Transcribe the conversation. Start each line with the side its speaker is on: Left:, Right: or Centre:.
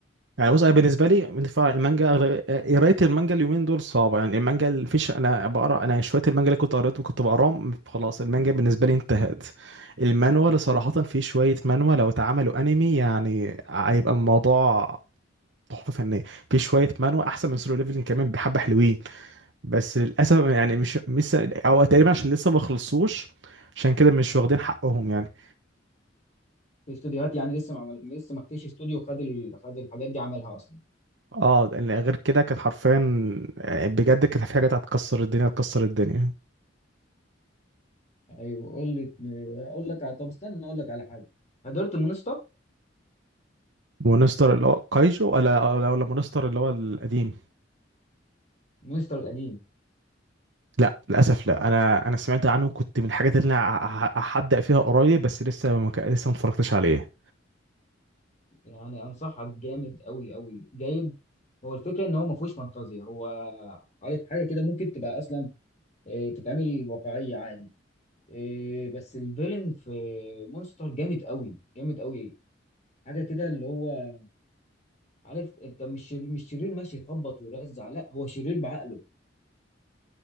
Right: يعني بص انا بالنسبه لي من فرع المانجا أغلب- آه، قرايه المانجا اليومين دول صعبه يعني المانجا اللي فيش انا بقرا انا شويه المانجا اللي كنت قريته وكنت بقراهم خلاص المانجا بالنسبه لي انتهت المانوا اللي صراحه في شويه مانوا لو اتعملوا انمي يعني هيبقى الموضوع تحفه فنيه في شويه مانوا احسن من سولو ليفلنج كمان بحبه حلوين بس للاسف يعني مش لسه او تقريبا عشان لسه ما خلصوش عشان كده مش واخدين حقهم يعني
Left: في استوديوهات يعني لسه ما عمل... لسه ما فيش استوديو خد ال... خد الحاجات دي عملها اصلا
Right: اه لأن غير كده كانت حرفيا آه، بجد كانت في حاجات هتكسر الدنيا هتكسر الدنيا
Left: ايوه قول لي اقول لك على- طب استنى اقول لك على حاجه حضرت مونستر
Right: مونستر اللي هو كايجو ولا ولا ولا مونستر اللي هو القديم
Left: مونستر القديم
Right: لا للاسف لا انا انا سمعت عنه كنت من الحاجات اللي انا ه- ه- هبدا فيها قريب بس لسه ما ك- لسه ما اتفرجتش عليه
Left: يعني انصحك جامد قوي قوي جيد هو الفكره ان هو ما فيهوش فانتازيا هو عارف حاجه كده ممكن تبقى اصلا آه، تتعمل واقعيه عادي آه، بس الفيلن في مونستر جامد قوي جامد قوي حاجه كده اللي هو عارف انت مش شرير مش شرير ماشي يخبط ويرزع لا هو شرير بعقله